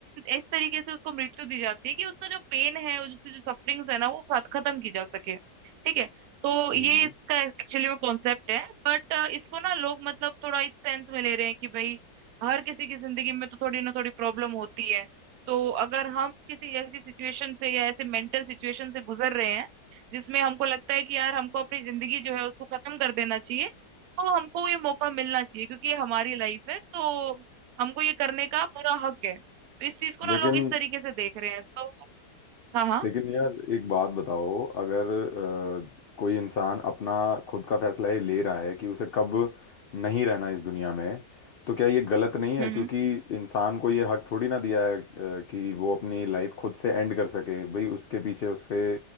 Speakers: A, on the right (about 70°); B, on the left (about 80°).
A: इस तरीके से उसको मृत्यु दी जाती है कि उसका जो पेन है और उसकी जो सफरिंग्स है ना वो खत- खत्म की जा सके ठीक है तो ये
B: हम्म
A: इसका एक्चुअली में कॉन्सेप्ट है बट इसको ना लोग मतलब थोड़ा इस सेंस में ले रहे हैं कि भाई हर किसी की जिंदगी में तो थोड़ी ना थोड़ी प्रॉब्लम होती है तो अगर हम किसी ऐसी सिचुएशन से या ऐसे मेंटल सिचुएशन से गुजर रहे हैं जिसमें हमको लगता है कि यार हमको अपनी जिंदगी जो है उसको खत्म कर देना चाहिए तो हमको ये मौका मिलना चाहिए क्योंकि ये हमारी लाइफ है तो हमको ये करने का पूरा हक है तो इस चीज को ना
B: लेकिन
A: लोग इस तरीके से देख रहे हैं तो हाँ हाँ
B: लेकिन यार एक बात बताओ अगर अ, कोई इंसान अपना खुद का फैसला ये ले रहा है कि उसे कब नहीं रहना इस दुनिया में तो क्या ये गलत नहीं है
A: हम्म
B: क्योंकि इंसान को ये हक थोड़ी ना दिया है अ, कि वो अपनी लाइफ खुद से एंड कर सके भाई उसके पीछे उसके